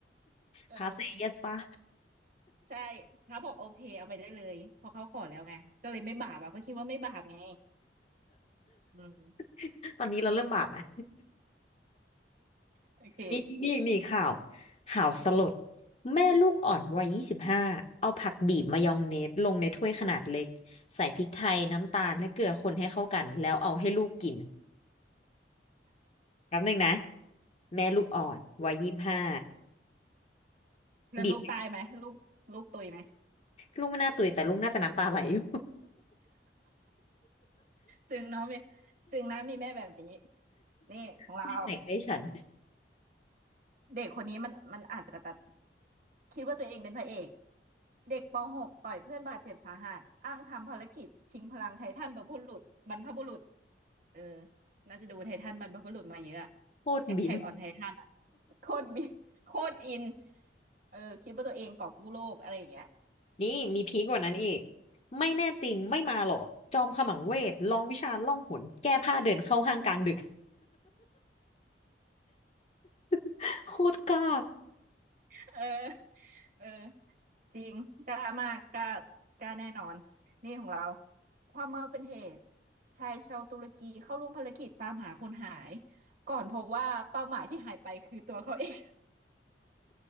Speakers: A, on the right; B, on the left.
A: เออ
B: พาเซเยสปะ
A: ใช่พระบอกโอเคเอาไปได้เลยเพอเขาขอแล้วไงก็เลยไม่บาปอ่ะเขาคิดว่าไม่บาปไงอืม
B: <laughs> ตอนนี้เราเริ่มบาปนะ
A: โอเค
B: นี่นี่มีข่าวข่าวสลดแม่ลูกอ่อนวัย 25 เอาผักบีบมายองเนสลงในถ้วยขนาดเล็กใส่พริกไทยน้ำตาลและเกลือคนให้เข้ากันแล้วเอาให้ลูกกิน แป๊บนึงนะแม่ลูกอ่อนวัยยี่สิบห้า
A: แล้วลูกตายไหมลูกลูกตุยไหม
B: บีบลูกไม่น่าตื่นแต่ลูกน่าจะน้ำตาไหลอยู่
A: จึงเนาะมีจึงนะมีแม่แบบนี้นี่ของเรา
B: <laughs> แม่แหกให้ฉัน
A: เด็กคนนี้มันมันอาจจะแบบคิดว่าตัวเองเป็นพระเอกเด็กป .6 ต่อยเพื่อนบาดเจ็บสาหัสอ้างทำภารกิจชิงพลังไททันบรรพบุรุษบรรพบุรุษเออน่าจะดูไททันบรรพบุรุษมาเยอะอะ
B: โคตรบีบ
A: Attack on Titan อะโคตรบิบโคตรอินเออคิดว่าตัวเองกอบกู้โลกอะไรอย่างเงี้ย
B: นี่มีพีคกว่านั้นอีกไม่แน่จริงไม่มาหรอกจอมขมังเวทลองวิชาล่องหนแก้ผ้าเดินเข้าห้างกลางดึก <laughs> โคตรกล้า
A: เออเออ จริงกล้ามากกล้ากล้าแน่นอนนี่ของเราความเมาเป็นเหตุชายชาวตุรกีเข้าร่วมภารกิจตามหาคนหายก่อนพบว่าเป้าหมายที่หายไปคือตัวเขาเอง